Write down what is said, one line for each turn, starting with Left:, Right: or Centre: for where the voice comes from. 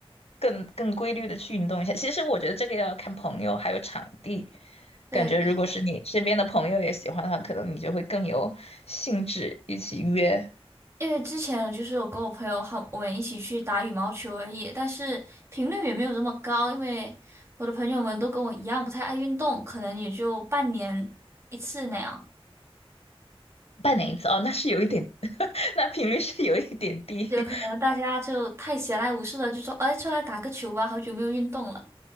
Left: 更更规律的去运动一下。其实我觉得这个要看朋友还有场地，
Right: 对对，
Left: 感觉如果是你身边的朋友也喜欢的话，可能你就会更有兴致一起约。
Right: 因为之前就是我跟我朋友好，我们一起去打羽毛球而已，但是频率也没有这么高，因为我的朋友们都跟我一样不太爱运动，可能也就半年一次那样。
Left: 半年一次哦，那是有一点，<laughs> 那频率是有一点低，
Right: 有可能大家就太闲来无事了，就说，哎，出来打个球吧，好久没有运动了